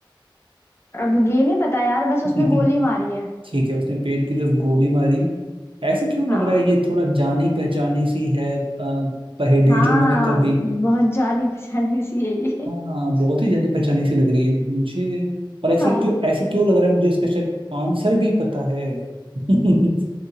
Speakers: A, on the left (about 30°); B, on the right (about 80°).
A: अब ये नहीं पता यार बस उसने
B: <laughs>
A: गोली मारी है
B: ठीक है उसने पेड़ की तरफ गोली मारी ऐसे क्यों
A: हाँ
B: लग रहा है ये थोड़ा जानी पहचानी सी है अ, पहेली
A: हाँ
B: जो मैंने कभी
A: बहुत जानी पहचानी सी है ये
B: हाँ बहुत ही जानी पहचानी सी लग रही है मुझे और ऐसे
A: हाँ
B: क्यों ऐसे क्यों लग रहा है मुझे इसका शायद आंसर भी पता है <laughs>